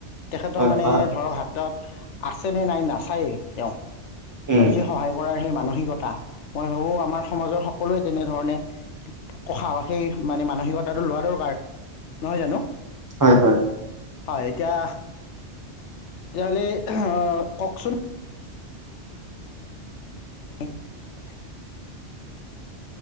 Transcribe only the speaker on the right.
হয়
হয় হয়
উম
হয় হয়